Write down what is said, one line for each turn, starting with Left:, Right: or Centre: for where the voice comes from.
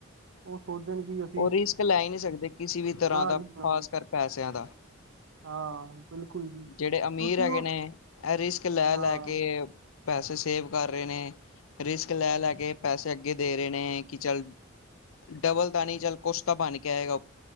Right: ਉਹ ਸੋਚਦੇ ਨੇ, ਕੀ ਆ।
Left: ਉਹ ਰਿਸਕ ਲੈ ਹੀ ਨਹੀਂ ਸਕਦੇ ਕਿਸੇ ਵੀ ਤਰ੍ਹਾਂ ਦਾ,
Right: ਜੀ
Left: ਖ਼ਾਸ
Right: ਨਾ
Left: ਕਰ ਪੈਸਿਆਂ ਦਾ।
Right: ਹਾਂ। ਬਿਲਕੁਲ ਜੀ ਕਿਉਂਕਿ
Left: ਜਿਹੜੇ ਅਮੀਰ ਹੈਗੇ
Right: ਉਹ
Left: ਨੇ, ਇਹ ਰਿਸਕ ਲੈ
Right: ਹਾਂ
Left: ਲੈ ਕੇ ਪੈਸੇ ਸੇਵ ਕਰ ਰਹੇ ਨੇ, ਰਿਸਕ ਲੈ ਲੈ ਕੇ ਪੈਸੇ ਅੱਗੇ ਦੇ ਰਹੇ ਨੇ, ਕਿ ਚੱਲ ਡਬਲ ਤਾਂ ਨਹੀਂ ਚੱਲ, ਕੁਛ ਤਾਂ ਬਣ ਕੇ ਆਏਗਾ।